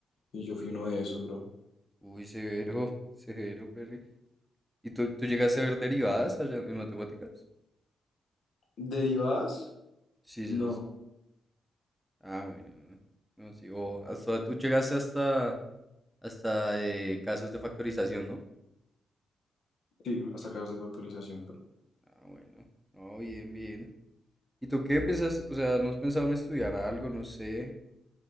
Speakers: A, on the left (about 70°); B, in the centre.
A: Y yo fui uno de esos, bro.
B: uy, severo, severo, pero ¿Y tú, tú llegaste a ver derivadas allá en matemáticas?
A: Derivadas,
B: Sí,
A: No,
B: sí. es- Ah, bueno, bueno. No, sí, o hasta tú llegaste hasta, hasta eh, casos de factorización, ¿no?
A: sí, hasta casos de factorización. pero-
B: Ah, bueno. No, bien, bien. ¿Y tú qué piensas? O sea, ¿no has pensado en estudiar algo? No sé.